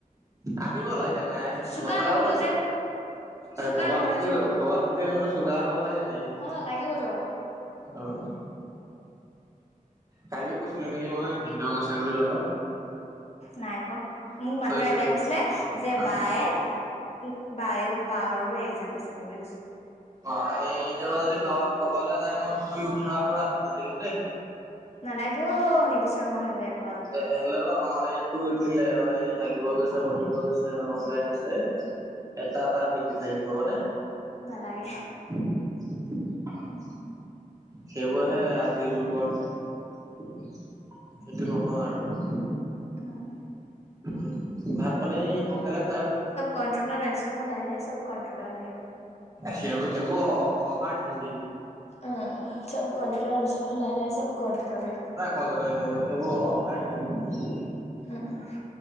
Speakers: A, on the right; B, on the left.
A: আনিব লাগে নাই,
B: চোকা
A: নথকা
B: নহলো
A: পাছত,
B: যে
A: আৰে
B: চোকা
A: ভবা
B: নহয়
A: শ
B: যে
A: ভবা শক্তি আনিবলে চোকা হব লাগে নিকি
B: অ লাগিবতো
A: অ' কালিও কৈছিলো নেকি মই ভিনদেও গৈছে বুলি লগত।
B: নাই কোৱা, মোক মাত্ৰ
A: চইছে
B: এটাই কৈছিলে যে
A: অ
B: বায়ে বায়েও, বাৰো এক্জাম আছে সেই বুলি কৈছিলে।
A: অ' এই এতিয়া পৰা যদি কৰবালৈ যায়, মই শুই উঠাৰ পৰা আপুনি <unintelligible> থাকিম দেই।
B: নালাগেও অউ নিবিচাৰো মই সেইবোৰ এক।
A: এ এল্ল'। অ', এই শুই উঠিলে, অ', এই হাগিব গৈছে, মুতিব গৈছে, অ', ওলাই গৈছে। এটা, এটা আপডেট দি থাকিম হ'ব নে?
B: নালাগেহ।
A: উম সেইবোৰহে আজি যুগৰ। সেইটো নকওঁ আৰু।
B: উম।
A: উম, ভাত পানী সোনকালে খাই ব
B: কন্ট্ৰলত আনিছোঁ নহয় লাহে লাহে চব কন্ট্ৰলত আহিব।
A: সেইবোৰ সেইবোৰ অভাৰ থিংকিং।
B: উম চব কন্ট্ৰোত আনিছোঁ নহয় লাহে লাহে চব কন্ট্ৰলত আহিব।
A: কলট নব সেইবোৰ অভাৰ থিংকিং।
B: উহ